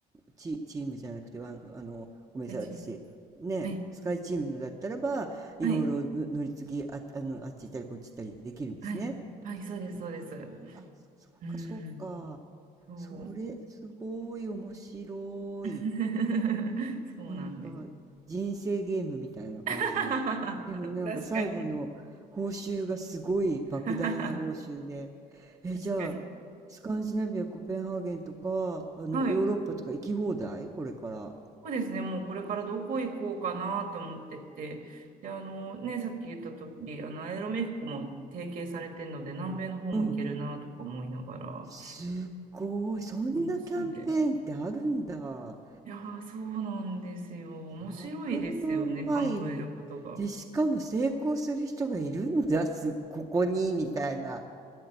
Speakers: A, on the right; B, on the right.
A: チ、チームじゃなくて、ワンあの、ごめんなさい、
B: 大地に
A: 私、ね、
B: はい、
A: スカイチームのだったらば、いろいろの乗り継ぎ、
B: はい、
A: あ、あの、あっち行ったりこっち行ったりできるんですね。
B: はい、はい、そうです、
A: へえ、
B: そうです。
A: あ、そそうか、
B: うん、
A: そうか。
B: そう。
A: それ、すごい面白い。
B: <laughs> そうなんです。
A: なんか人生ゲームみたいな感じの。
B: <laughs>
A: でもなんか最後の報酬がすごい莫大な報酬で、
B: 確かに。<laughs> 確
A: え、じゃあスカンジナビア、
B: かに。
A: コペンハーゲンとか、あのヨーロッパとか行き放題これから。
B: はい。そうですね。もうこれからどこ行こうかなって思ってて。で、あのね、さっき言った通り、あの、アイロメヒコも提携されてるので、南米の方も行けるなとか思いながら、
A: うん。すっごい。そんなキャンペーンってあるんだ。
B: 楽しんで。いやー、そうなんですよ。
A: 100万マイル。
B: 面白いですよね、考えることが。
A: で、しかも成功する人がいるんだ。す、ここに、みたいな。